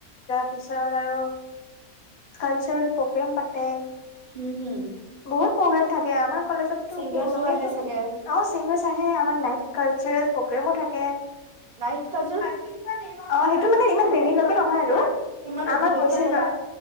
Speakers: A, on the left; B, on the right.
A: তাৰপিছত আৰু কালচাৰেল প্ৰগ্ৰেম পাতে।
B: হুম, হুম
A: বহুত প্ৰগ্ৰেম থাকে আমাৰ কলেজতটো
B: ছিংগাৰ্ছো
A: কি মানে
B: আহে
A: এইটো
B: চাগে
A: অ চিংগাৰছ আহে আমাৰ নাই কালচাৰেল প্ৰগ্ৰেমো থাকে।
B: লাইট কা
A: পিন অ <inaudible> সেইটো মানে ইমান দেৰিলৈকে নহয় আৰু
B: কিমান ৰাতিলৈকে
A: আমাৰ হৈছিল
B: লাইক
A: বা